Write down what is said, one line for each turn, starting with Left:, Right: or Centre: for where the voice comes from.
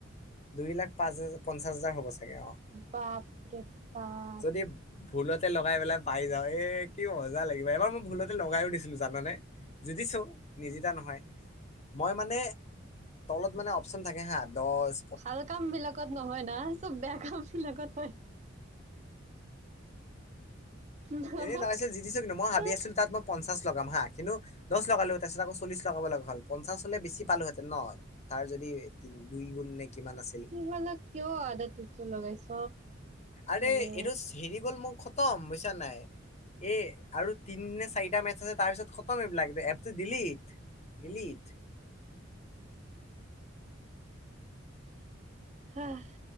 Left: দুই লাখ পাঁচ হাজাৰ পঞ্চাশ হাজাৰ হ'ব চাগে অ'।
Right: বাপৰে বাপ।
Left: যদি ভুলতে লগাই পেলাই পাই যাওঁ এ কি মজা লাগিব। এবাৰ মই ভুলতে লগাইও দিছিলো জানানে? জিটিছো, নিজিতা নহয়। মই মানে, তলত মানে অপচন থাকে হা দশ
Right: ভাল কাম বিলাকত নহয় না চব বেয়া কাম বিলাকত হয়। না।
Left: এনেই লগাইছিল <unintelligible> মই ভাবি
Right: তই
Left: আছিলো তাত মই পঞ্চাশ লগাম হা, কিন্তু দশ লগালো তাৰপিছত আকৌ চল্লিছ লগাব লগা হ'ল, পঞ্চাছ হ'লে বেছি পালো হেঁতেন ন'। তাৰ যদি তিন দুই গুণ নে কিমান আছিল।
Right: তই মানে কিয় আদাতটো লগাইছ?
Left: আৰে
Right: মানে
Left: এইটো চ হেৰি গ'ল মোৰ খতম বুইছা নাই? এ আৰু তিনি নে চাৰিটা মেচ আছে তাৰপিছত খতম এইবিলাক, এপটো ডিলিট। ডিলিট।
Right: আহ